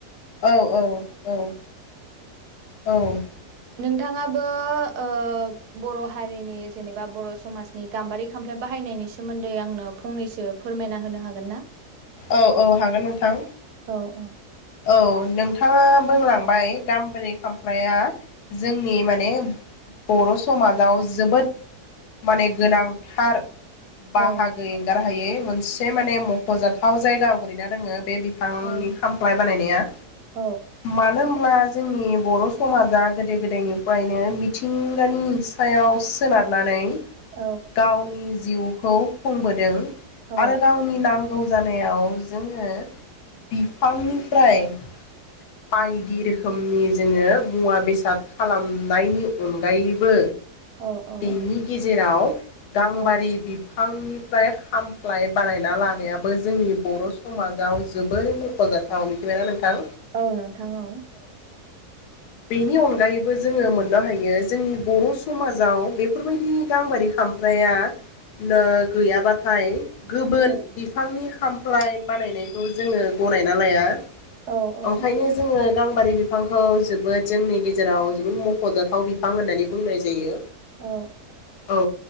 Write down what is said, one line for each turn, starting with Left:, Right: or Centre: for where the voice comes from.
Left: औ औ औ औ
Right: नोंथाङाबो ओ बर' हारिनि जेनेबा बर' समाजनि गाम्बारि खामफ्लाय बाहायनायनि सोमोन्दै आंनो फंनैसो फोरमायना हो नो हागोन ना?
Left: औ औ हागोन नोंथां
Right: औ औ
Left: औ नोंथाङा बोंलांबाय गाम्बारि खामफ्लाया जोंनि माने बर' समाजाव जोबोद माने गोनांथार
Right: औ
Left: बाहागो एंगारहायै मोनसे माने मख'जाथाव जायगा आवग्रिना दोङो बे फांनि
Right: औ
Left: खामफ्लाय बानायनाया
Right: औ
Left: मानो होमब्ला जोंनि बर' समाजा गोदो गोदायनिफ्रायनो मिथिंगानि सायाव सोनारनानै
Right: औ
Left: गावनि जिउखौ खुंबोदों
Right: औ
Left: आरो गावनि नां गौ जानायाव जोङो बिफांनिफ्राय बायदि रोखोमनि जोङो मुवा बेसाद खालामनायनि अनगायैबो
Right: औ औ
Left: बेनि गेजेराव गाम्बारि
Right: औ
Left: बि बिफांनिफ्राय खामफ्लाय बानायना लानायाबो जोंनि बर' समाजाव जोबोर मख'जाथाव थाव मिथिबायना नोंथां
Right: औ नोंथां औ
Left: <inaudible> बेनि अनगायैबो जोङो मोननो हायो जोंनि बर' समाजाव बेफोरबायदि गांबारि खामफ्लाय फ्लाया ल गैयाबाथाय गुबुन
Right: औ
Left: बिफांनि खामफ्लाय बानायनायखौ जोङो गनायना लाया
Right: औ औ
Left: ओंखायनो जोङो गांबारि बिफांखौ जोबोद जोंनि गेजेराव जोबोद मख'जाथाव बिफां होननानै बुंनाय जायो
Right: औ
Left: औ